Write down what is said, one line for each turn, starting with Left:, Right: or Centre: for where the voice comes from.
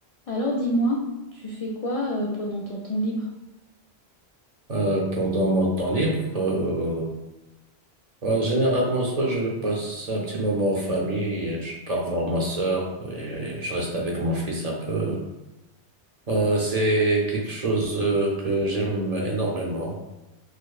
Left: Alors dis-moi, tu fais quoi euh, pendant ton temps libre?
Right: Euh, pendant mon temps libre, euh, euh, généralement, soit je passe un petit moment en famille, et je pars voir ma sœur et, et je reste avec mon fils un peu. Euh, c'est quelque chose euh, que j'aime énormément.